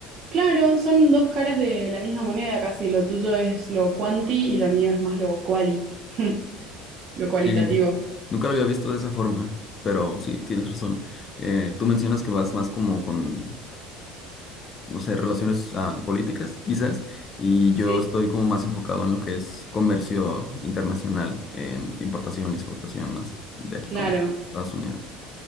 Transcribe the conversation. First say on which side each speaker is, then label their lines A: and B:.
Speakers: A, on the right; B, on the left.
A: Claro, son dos caras de la misma moneda casi. Lo tuyo es lo cuanti y lo mío es más lo quali. <laughs> lo cualitativo.
B: Sí, nunca lo había visto de esa forma, pero sí, tienes razón. Eh, tú mencionas que vas más como con... no sé, relaciones ah, políticas, quizás, y yo
A: Sí.
B: estoy como más enfocado en lo que es comercio internacional, en importación y exportación más de aquí
A: Claro,
B: con Estados Unidos.